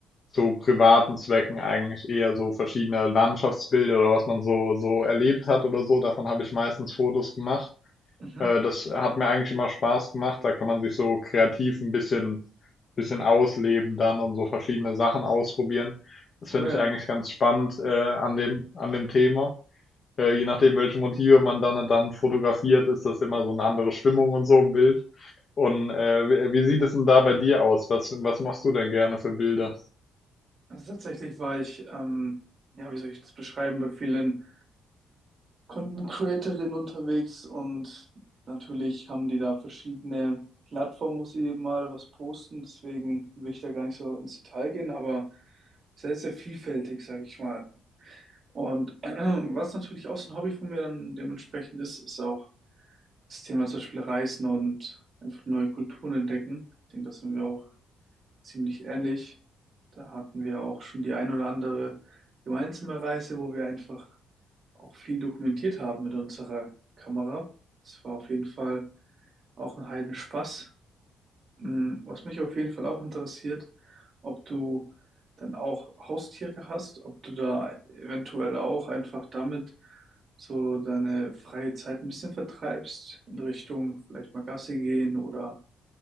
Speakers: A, on the left; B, on the right.
A: zu privaten Zwecken eigentlich eher so verschiedene Landschaftsbilder oder was man so so erlebt hat oder so. Davon habe ich meistens Fotos gemacht.
B: Mhm.
A: Äh, das hat mir eigentlich immer Spaß gemacht. Da kann man sich so kreativ ein bisschen, bisschen ausleben dann und so verschiedene Sachen ausprobieren. Das
B: Oh
A: finde
B: ja,
A: ich eigentlich ganz spannend, äh, an dem, an dem Thema. Äh, je nachdem, welche Motive man dann, dann fotografiert, ist das immer so eine andere Stimmung und so im Bild. Und äh, wie, wie sieht es denn da bei dir aus? Was, was machst du denn gerne für Bilder?
B: also tatsächlich war ich, ähm, ja, wie soll ich das beschreiben, bei vielen Content Creatorinnen unterwegs und natürlich haben die da verschiedene Plattformen, wo sie mal was posten, deswegen will ich da gar nicht so ins Detail gehen, aber sehr, sehr vielfältig, sage ich mal. Und <clears throat> was natürlich auch so ein Hobby von mir dann dementsprechend ist, ist auch das Thema zum Beispiel Reisen und einfach neue Kulturen entdecken. Ich denke, da sind wir auch ziemlich ähnlich. Da hatten wir auch schon die ein oder andere gemeinsame Reise, wo wir einfach auch viel dokumentiert haben mit unserer Kamera. Das war auf jeden Fall auch ein Heidenspaß. Mm, Was mich auf jeden Fall auch interessiert, ob du dann auch Haustiere hast, ob du da eventuell auch einfach damit so deine freie Zeit ein bisschen vertreibst, in Richtung vielleicht mal Gassi gehen oder